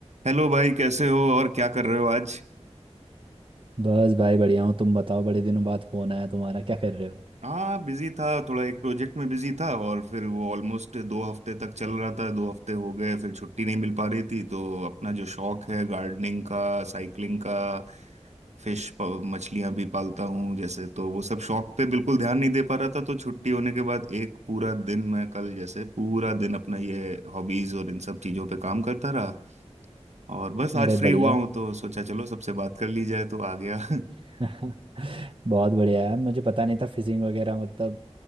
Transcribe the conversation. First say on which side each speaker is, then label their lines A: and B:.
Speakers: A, on the right; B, on the right.
A: Hello भाई कैसे हो और क्या कर रहे हो आज
B: बस भाई बढ़िया हूँ तुम बताओ बड़े दिनों बाद फोन आया तुम्हारा क्या कर रहे हो
A: हाँ बिजी था थोड़ा एक प्रोजेक्ट में बिजी था और फिर वो ऑलमोस्ट दो हफ्ते तक चल रहा था दो हफ्ते हो गए फिर छुट्टी नहीं मिल पा रही थी तो अपना जो शौक है गार्डनिंग का साइकिलिंग का फिश मछलियां भी पालता हूँ जैसे तो वो सब शौक पे बिल्कुल ध्यान नहीं दे पा रहा था तो छुट्टी होने के बाद एक पूरा दिन मैं कल जैसे पूरा दिन अपना ये हॉबीज और इन सब चीजों पे काम करता रहा और बस आज
B: अरे
A: फ्री
B: बढ़िया
A: हुआ हूँ तो सोचा चलो सबसे बात कर ली जाए तो आ गया <laughs>
B: <laughs> बहुत बढ़िया है मुझे पता नहीं था फिशिंग वगैरह मतलब